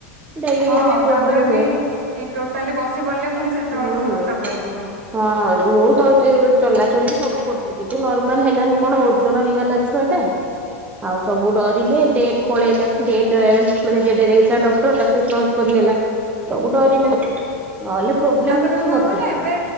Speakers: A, on the right; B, on the right.
A: ଡେଲିଭରି
B: ହଁ
A: ପାଇଁ ପ୍ରୋବ୍ଲେମ
B: ତାପରେ ବି
A: ହୁଏ
B: ଏ ଟୋଟାଲି ବସି ପଡିଲେ ପୁଣି
A: ହୁଁ।
B: ସେତେବେଳକୁ ପ୍ରୋବ୍ଲେମ୍ ହବ।
A: ହଁ ମୁଁ ତ ଚ ଚଲାଚଲି ସବୁ କରୁଥିଲି କିନ୍ତୁ ନର୍ମାଲ ହେଲାନି କଣ ଓ ଜନ ହେଇଗଲା ଛୁଆଟା ଆଉ ସବୁ ଡର ରିଲେ ଡେଟ୍ ପଳେଇଲା ଡେଟ୍ ମାନେ ଯେବେ ଦେଇଥିଲା ଡକ୍ଟର ତାକୁ କ୍ରସ୍ କରିଗଲା। ସବୁ ଡରିଲେ
B: ହଁ
A: ନହେଲେ ପ୍ରୋବ୍ଲେମ୍
B: ତାପରେ
A: କିଛି
B: ବି କଣ
A: ନଥିଲା।
B: କହିଲେ ଏବେ